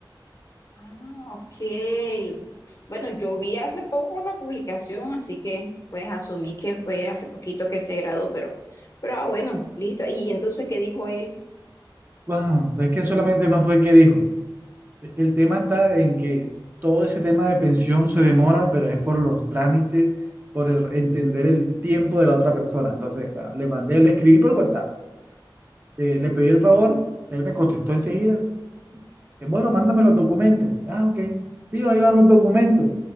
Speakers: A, on the left; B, on the right.
A: Ah, ok. Bueno, yo vi hace poco la publicación, así que pues asumí que fue hace poquito que se graduó, pero, pero ah, bueno, listo. ¿Y entonces qué dijo él?
B: Bueno, es que solamente no fue que dijo. El tema está en que todo ese tema de pensión se demora, pero es por los trámites, por el- entender el tiempo de la otra persona. Entonces, bueno, le mandé, le escribí por WhatsApp, eh, le pedí el favor, él me contestó enseguida, Pues, Bueno, mándame los documentos. Ah, ok. Tío, ahí van los documentos.